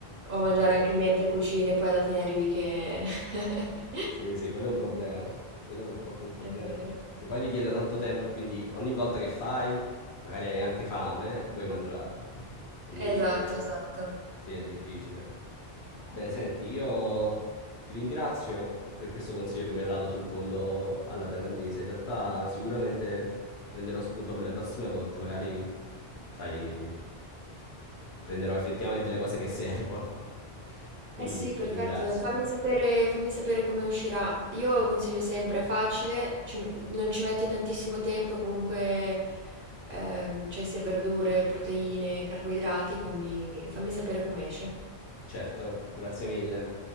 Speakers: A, on the right; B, on the left.
A: O mangiare
B: Quello è un-
A: anche mentre cucini e poi alla fine arrivi che... <laughs>
B: Sì, sì, quello è un problema. <laughs> Quello purtroppo è un problema.
A: È vero.
B: Che poi richiede tanto tempo e quindi ogni volta che fai, magari hai anche fame, vuoi mangiare. Quindi
A: Esatto, esatto.
B: sì, è difficile. Beh, senti, io ti ringrazio per questo consiglio che mi hai dato sul pollo alla thailandese. In realtà sicuramente prenderò spunto per le prossime volte, magari, sai, prenderò effettivamente le cose che servono. <laughs> Quindi
A: Eh sì, perfetto.
B: ti ringrazio.
A: Fammi sapere, fammi sapere come uscirà. Io consiglio sempre, è facile, ci- non ci metti tantissimo tempo, comunque ehm, c'hai sia verdure, proteine, carboidrati, quindi fammi sapere come esce.
B: Certo, grazie mille.